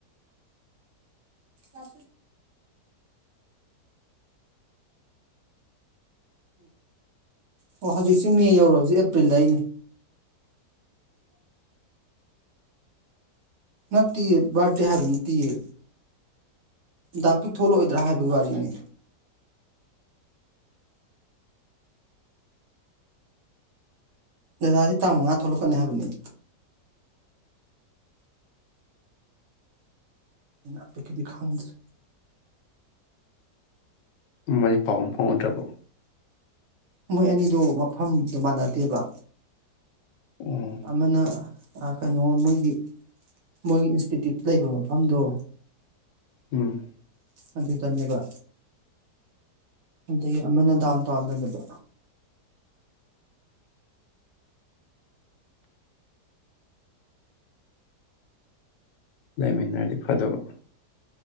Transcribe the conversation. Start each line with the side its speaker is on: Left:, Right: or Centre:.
Right: ꯑꯦ ꯑꯣ ꯍꯧꯖꯤꯛꯁꯦ ꯃꯦ ꯌꯧꯔꯕꯁꯦ ꯑꯦꯄ꯭ꯔꯤꯜꯗ ꯑꯩ ꯅꯠꯇꯦꯌꯦ ꯕꯥꯔꯗꯦ ꯍꯥꯏꯕ ꯅꯠꯇꯦꯌꯦ ꯗꯥꯄꯤꯛ ꯊꯣꯛꯂꯛꯑꯣꯏꯗ꯭ꯔꯥ ꯍꯥꯏꯕꯩ ꯋꯥꯔꯤꯅꯤ ꯗꯗꯥꯗꯤ ꯇꯥꯡ ꯃꯉꯥꯗ ꯊꯣꯛꯂꯛꯀꯅꯤ ꯍꯥꯏꯕꯅꯤ ꯑꯄꯤꯛ ꯀꯤꯗꯤ ꯈꯪꯗ꯭ꯔꯤ
Left: ꯃꯅꯤ ꯄꯥꯎ ꯑꯝ ꯐꯥꯎꯅꯗ꯭ꯔꯕꯣ
Right: ꯃꯣꯏ ꯑꯅꯤꯗꯣ ꯃꯐꯝ ꯃꯥꯟꯅꯗꯦꯕ
Left: ꯎꯝ
Right: ꯑꯃꯅ ꯑ ꯀꯩꯅꯣ ꯃꯣꯏꯒꯤ ꯃꯣꯏꯒꯤ ꯏꯟꯁꯇꯤꯇ꯭ꯌꯨꯠ ꯂꯩꯕ ꯃꯐꯝꯗꯣ
Left: ꯎꯝ
Right: ꯑꯗꯨꯗꯅꯦꯕ ꯑꯗꯩꯩ ꯑꯃꯅ ꯗꯥꯎꯟ ꯇꯥꯎꯟꯗꯅꯦꯕ
Left: ꯂꯩꯃꯤꯟꯅꯔꯗꯤ ꯐꯗꯕ